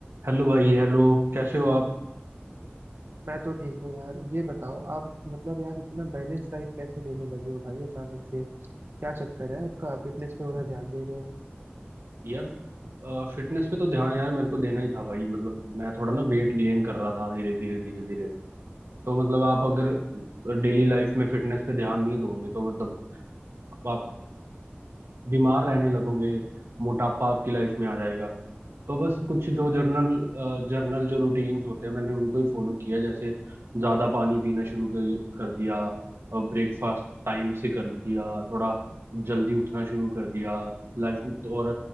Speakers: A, on the right (about 85°); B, on the right (about 65°).
A: Hello भाई hello कैसे हो आप
B: मैं तो ठीक हूँ यार ये बताओ आप मतलब यार इतना बैलेंस डाइट कैसे लेने लगे हो भाई अचानक से क्या चक्कर है आपका फिटनेस पे थोड़ा ध्यान दे रहे हो
A: यार फिटनेस पे तो ध्यान यार मेरे को देना ही था भाई मतलब मैं थोड़ा ना वेट गेन कर रहा था धीरे धीरे धीरे धीरे तो मतलब आप अगर डेली लाइफ में फिटनेस पे ध्यान नहीं दोगे तो मतलब आप बीमार रहने लगोगे मोटापा आपकी लाइफ में आ जाएगा तो बस कुछ जो जर्नल जर्नल जो रूटीन्स होते हैं मैंने उनको ही फॉलो किया जैसे ज्यादा पानी पीना शुरू कर, कर दिया ब्रेकफास्ट टाइम से कर दिया थोड़ा जल्दी उठना शुरू कर दिया लाइफ और